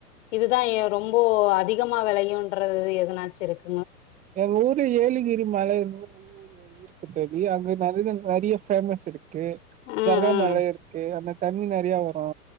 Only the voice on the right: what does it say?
எங்க ஊர்ல ஏழுகிரி மலை ஊ இருக்கு தோழி அங்க நெற நெறைய பேமஸ் இருக்கு இருக்கு
சர்க்கா
மல இருக்கு அந்த தண்ணி நெறையா வரு